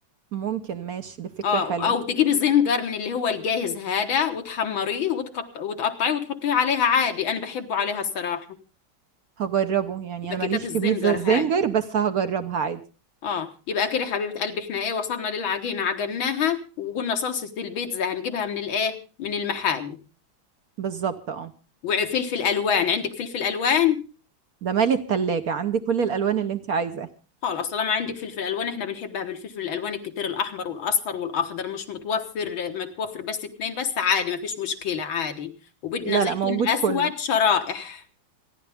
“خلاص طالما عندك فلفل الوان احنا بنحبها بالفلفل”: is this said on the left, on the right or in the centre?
Left